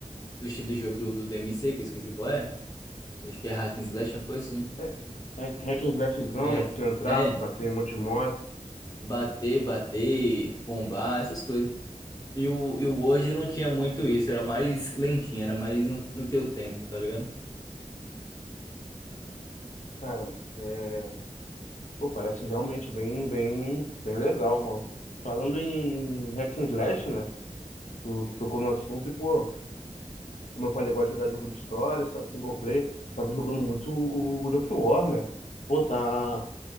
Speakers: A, on the left; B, on the left.
A: do estilo de jogo do, do DMC, que eu esqueci qual é, que acho que é Hack and Slash, uma coisa assim.
B: É, é, hack and slashzão,
A: É,
B: né? Que tu entrar,
A: é.
B: bater em um monte de mob.
A: Bater, bater, combar, essas coisas. E o, e o Word não tinha muito isso, era mais lentinho, era mais no, no teu tempo, tá ligado?
B: Cara, é, Pô, parece realmente bem, bem, bem legal, mano. Falando em hack and slash, né? Tu, tu tocou no assunto e, pô, como eu falei, eu gosto de jogar jogo de história, só- single player. Tava jogando muito o God of War, né? Pô, tá